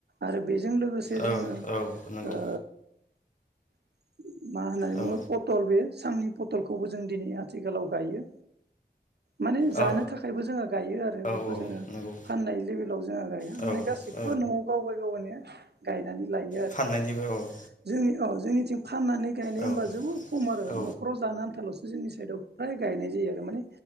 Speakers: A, on the right; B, on the left.
A: आरो बेजों लोगोसे
B: औ
A: जोङो ओ
B: औ नंगौ
A: <inaudible> मा होननानै बुङो
B: औ
A: पटलबो सांनि पथलखौबो जों दिनै आथिखालाव गायो माने जानो
B: औ
A: थाखायबो जोङो गायो आरो
B: औ
A: बेखौ जोङो
B: नंगौ
A: फाननाय लेभेलाव जोङो गाया
B: औ
A: माने
B: ओ
A: गासैखौबो नआव गाव गाय गावगानिया गायनानै लायो आरो
B: फाननायनिबो औ
A: जोंनि औ जोंनिथिं फाननानै गायनाय
B: औ
A: होमबा जोबोद खम आरो
B: औ
A: नखराव जानो आन्थालस जोंनि साइडआव फ्राय गायनाय जायो आरो माने